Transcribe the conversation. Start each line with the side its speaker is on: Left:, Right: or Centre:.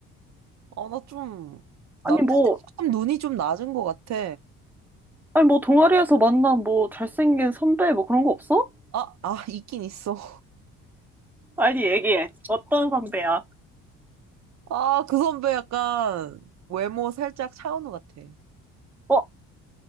Right: 아, 나 좀, 남자들
Centre: 아니, 뭐,
Right: 조금 눈이 좀 낮은 것 같아.
Centre: 아니, 뭐, 동아리에서 만난 뭐, 잘생긴 선배 뭐 그런 거 없어?
Right: 아, 아, 있긴 있어. <laughs>
Centre: 빨리 얘기해. 어떤 선배야?
Right: 아, 그 선배 약간 외모 살짝 차은우 같아.
Centre: 어?